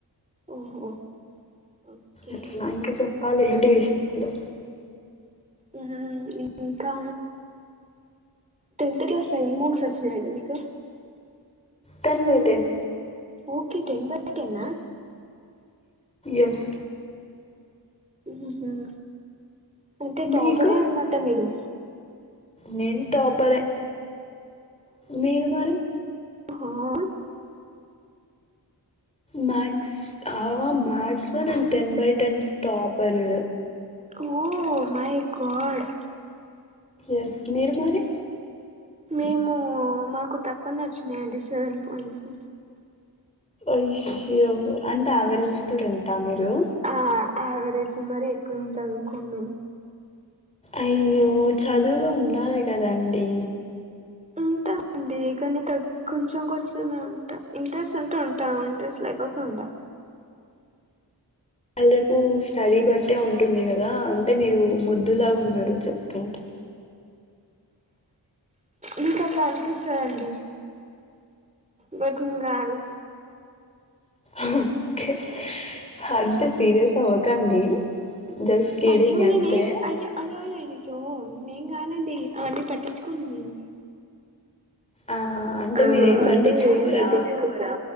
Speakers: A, on the right (about 15°); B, on the left (about 15°).
A: ఓహో. ఓకే
B: అట్లా ఇంకా చెప్పాలి ఏంటి విశేషాలు.
A: మ్మ్ హ్మ్ ఇంకా టెన్త్ క్లాస్లో ఎన్ని మార్క్స్ వచ్చినాయండి మీకు
B: ten by ten
A: okay tenth by టెన్నా.
B: ఎస్.
A: మ్మ్ హ్మ్ అంటే టాపరే
B: మీకు
A: అనమాట మీరు.
B: నేను టాపరే మీరు మరి.
A: ఓ హా.
B: మక్స్ మథస్లో నేను ten by ten topper.
A: Oh my god.
B: Yes మీరు మరి.
A: మేము మాకు తక్కు డుచ్చినా అండి సవన్ పాయింట్స్
B: యషో అంటే అయావరేజ్ స్టూడెంట్ మీరు రు
A: ఆ యావరేజ్ మరి ఎక్కువ ఎం చదువుకొను
B: అయ్యో చదువులో ఉండాలి కద అండి
A: ఉంటా అండి కానీ తగ్ కొంచెం కొంచెంే ఉంటా ఇంట్రెస్ట్ ఉంటే ఉంటా ఇంట్రెస్ట్ లేకపోతే ఉండా
B: రేపు స్టడీ బట్టే ఉంటుంది కదా అంటే మీరు ముద్దులా ఉన్నారు చెప్తుంటే
A: మీక అట్లా అనిపిస్తదండి బటన్ంగారు
B: ఓకే అంటే సీరియస్ అవ్వకండి జస్ట్ కిడ్డింగ్
A: అయ్యో
B: అంతే.
A: నేను ఏం అయి అయ్యేయో అయ్యాయో నేం నండి అవన్నీ పట్టించుకోం నేను
B: ఆ! అంటే
A: ఆ
B: మీరేం
A: అంటే
B: పట్టించుకోరా?
A: మీరేం పట్టించుకోరా